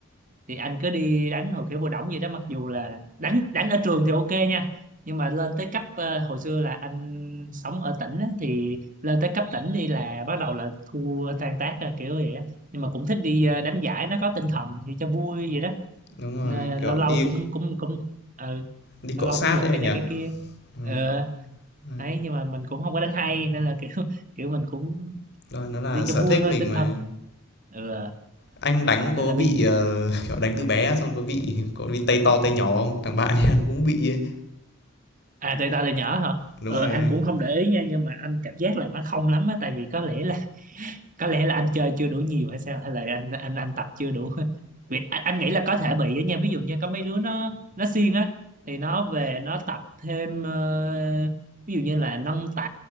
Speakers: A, on the right (about 40°); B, on the left (about 55°).
A: thì anh cứ đi đánh hội khỏe hội đỏng vậy đó mặc dù là đánh đánh ở trường thì ok nha nhưng mà lên tới cấp ờ, hồi xưa là anh sống ở tỉnh á, thì lên tới cấp tỉnh đi là bắt đầu là thua tan tác rồi, kiểu vậy á nhưng mà cũng thích đi ờ, đánh giải nó có tinh thần thì cho vui vậy đó
B: Đúng rồi,
A: Nên
B: kiểu,
A: lâu lâu
B: đi
A: cũng cũng cũng ờ,
B: đi cọ
A: lâu lâu
B: sát
A: cũng lượm
B: đấy anh
A: cái này
B: nhỉ?
A: cái kia
B: Ừm,
A: Ờ
B: ừm.
A: đấy nhưng mà mình cũng không có đánh hay nên là kiểu <laughs> kiểu mình cũng
B: Rồi, nó là
A: đi
B: sở
A: cho vui
B: thích
A: thôi
B: mình
A: tinh
B: mà.
A: thần ừ, à,
B: Anh đánh có
A: nên là
B: bị,
A: bây
B: ờ, <laughs> kiểu, đánh từ bé xong có bị có bị tay to tay nhỏ không? Thằng bạn em nó cũng bị ấy.
A: à tại tao là nhỏ hả
B: Đúng
A: ờ,
B: rồi
A: anh
B: anh.
A: cũng không để ý nha nhưng mà anh cảm giác là nó không lắm á tại vì có lẽ là có lẽ là anh chơi chưa đủ nhiều hay sao hay là anh anh anh tập chưa đủ <laughs> Vì anh, anh nghĩ là có thể bị á nha ví dụ như có mấy đứa nó nó siêng á thì nó về nó tập thêm ờ, ví dụ như là nâng tạ